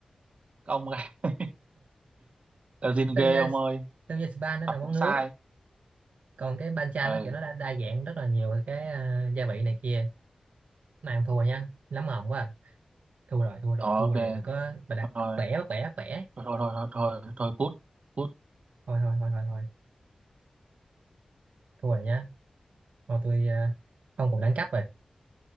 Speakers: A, on the right (about 60°); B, on the right (about 85°).
A: Các ông gay là zin
B: samgye
A: ghê ông ơi
B: samgye spa nó
A: đọc
B: là món
A: cũng sai
B: nướng còn cái bancha
A: ừ
B: nó kiểu nó đa, đa dạng rất là nhiều cái ờ, gia vị này kia Cái này không thua nha lắm mồm quá à. thua rồi thua rồi
A: Ờ,
B: thua
A: ok
B: rồi đừng có bà đặt
A: thôi
B: bẻ bắt bẻ bắt bẻ
A: thôi thôi thôi thôi thôi, thôi cút cút
B: thôi thôi thôi thôi thôi thua rồi nha thôi tôi ờ, không còn đánh cắp rồi